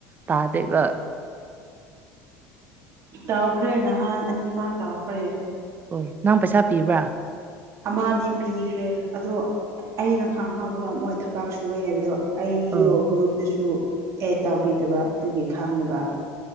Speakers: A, on the right; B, on the right.
A: ꯇꯥꯗꯦꯕ
B: ꯇꯥꯎꯈ꯭ꯔꯦ ꯅꯍꯥꯟ ꯑꯅꯤꯃꯛ ꯇꯧꯈ꯭ꯔꯦ
A: ꯑꯣ ꯅꯪ ꯄꯩꯁꯥ ꯄꯤꯕ꯭ꯔꯥ
B: ꯑꯃꯗꯤ ꯄꯤꯈ꯭ꯔꯦ ꯑꯗꯣ ꯑꯩꯅ ꯈꯥꯡꯍꯧꯗꯕ ꯃꯣꯢ ꯊꯕꯥꯛ ꯁꯨꯋꯦ ꯍꯥꯢꯕꯗꯣ ꯑꯩꯗꯣ
A: ꯑꯥ
B: ꯒ꯭ꯔꯨꯞꯇꯁꯨ ꯑꯦꯠ ꯇꯧꯕꯤꯗꯕ ꯑꯗꯨꯒꯤ ꯈꯪꯗꯕ